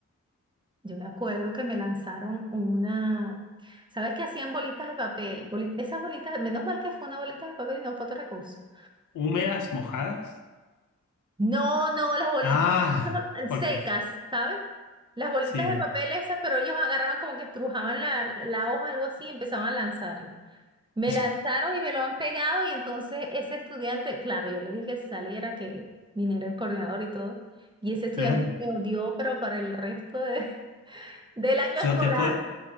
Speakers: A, on the right; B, on the left.
A: yo me acuerdo que me lanzaron una, ¿sabes qué hacían bolitas de papel? Boli- esas bolitas, menos mal que fue una bolita de papel y no fue otra cosa.
B: ¿Húmedas, mojadas?
A: No, no, las bolitas
B: Ah,
A: <laughs>
B: porque
A: secas, ¿sabes? Las bolitas
B: sí,
A: de papel esas, pero ellos agarraban como que estrujaban la, la hoja, algo así, y empezaban a lanzarlo. Me
B: <laughs>
A: lanzaron y me lo han pegado y entonces ese estudiante, claro, yo le dije que se saliera, que viniera el coordinador y todo, y ese estudiante
B: claro.
A: me odió, pero para el resto de- <laughs> del año
B: Yo
A: escolar.
B: te puedo,